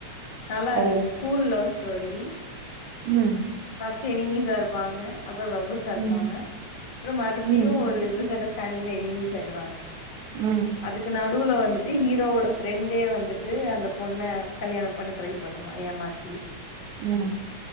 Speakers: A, on the left; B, on the right.
A: நல்லா இருந்தது
B: ஓ
A: ஸ்கூல் லவ் ஸ்டோரி
B: ம்
A: ட் எனிமீசா இருப்பாங்க அப்பற லவ்வர்சா இருப்பாங்க
B: ம்
A: அப்ற மறுபடியு
B: ம் ம்
A: ஒரு மிஸ்அண்டர்ஸ் டாண்டிங்ல எனிமீஸ் ஆயிருவாங்க.
B: ம்
A: அதுக்கு நடுவுல வந்து ட்டு ஹீரோவோட ஃப்ரெண்டே வந்துட்டு அந்த பொண்ண கல்யாணோ பண்ண ட்ரை பண்ணுவா ஏமாத்
B: ம்